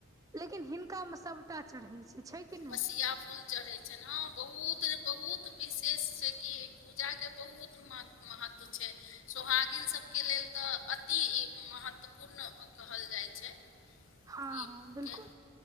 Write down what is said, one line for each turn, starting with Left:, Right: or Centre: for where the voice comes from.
Right: लेकिन हिनका में सबटा चरहै छै, छै कि नहि
Left: बसिया फूल चरहै छैन, हँ बहुत बहुत विशेष छै कि पूजा के बहुत महत-महत्व छैय। सोहागिन सब के लेल तऽ अति ई महत्वपूर्ण अ-कहल जाइ छै। <unintelligible>
Right: हँ-हँ
Left: ईके
Right: बिलकुल।